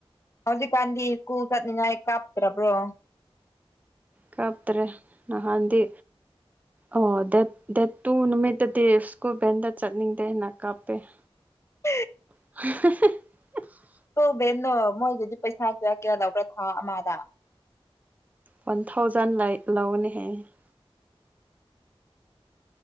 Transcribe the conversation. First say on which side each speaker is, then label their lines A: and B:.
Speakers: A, on the left; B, on the right.
A: ꯍꯧꯖꯤꯛꯀꯥꯟꯗꯤ ꯁ꯭ꯀꯨꯜ ꯆꯠꯅꯤꯡꯉꯥꯏ ꯀꯥꯞꯇ꯭ꯔꯕ꯭ꯔꯣ꯫
B: ꯀꯞꯇ꯭ꯔꯦ ꯅꯍꯥꯟꯗꯤ꯫ ꯑꯣ ꯗꯦꯠ ꯗꯦꯠ ꯇꯨ ꯅꯨꯃꯤꯠꯇꯗꯤ ꯁ꯭ꯀꯨꯜ ꯕꯦꯟꯗ ꯆꯠꯅꯤꯡꯗꯦ ꯍꯥꯏꯅ ꯀꯥꯞꯄꯦ꯫ <inaudible>
A: <inaudible>
B: <inaudible>
A: ꯑꯗꯣ ꯕꯦꯟꯅꯣ ꯃꯣꯏꯗꯗꯤ ꯄꯩꯁꯥ ꯀꯌꯥ ꯀꯌꯥ ꯂꯧꯕ꯭ꯔꯥ ꯊꯥ ꯑꯃꯥꯗ꯫
B: ꯋꯥꯟ ꯊꯥꯎꯖꯟ ꯂꯩ ꯂꯧꯒꯅꯤ ꯍꯥꯏꯌꯦ ꯫